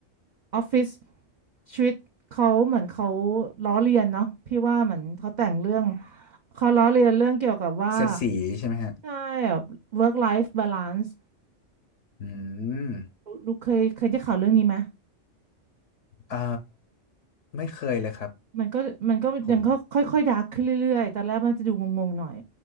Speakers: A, on the right; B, on the left.
A: ออฟฟิศชีวิตเขาเหมือนเขาล้อเลียนเนาะพี่ว่าเหมือนเขาแต่งเรื่องเขาล้อเลียนเรื่องเกี่ยวกับว่า
B: เสียดสีใช่ไหมฮะ
A: ใช่แบบ work life balance
B: อืม
A: ลูกเคยเคยได้ข่าวเรื่องนี้ไหม
B: เอ่อไม่เคยเลยครับ
A: มันก็มันก็ยังก็ค่อยๆดาร์กขึ้นเรื่อยๆตอนแรกมันจะดูงงๆหน่อย
B: ผม